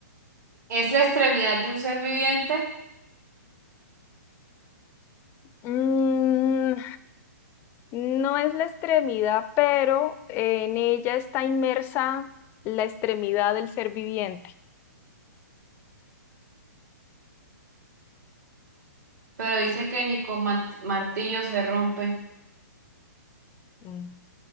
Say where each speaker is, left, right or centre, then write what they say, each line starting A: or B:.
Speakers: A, on the right (about 70°); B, on the left (about 20°).
A: Es la extremidad de un ser viviente,
B: Mm, No es la extremidad, pero en ella está inmersa la extremidad del ser viviente.
A: pero dice que ni con man- martillo se rompe.
B: Mm.